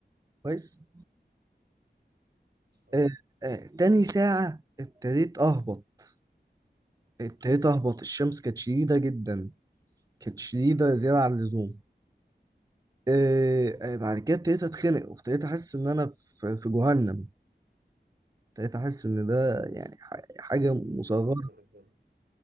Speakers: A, on the right; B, on the right.
A: كويس
B: آه.
A: آه آه تاني ساعه ابتديت اهبط ابتديت اهبط الشمس كانت شديده جدا كانت شديده زياده عن اللزوم آه آه بعد كده ابتديت اتخنق وابتديت احس ان انا في في جهنم ابتديت احس ان ده يعني ح- حاجه مصغره
B: اختبار من ربنا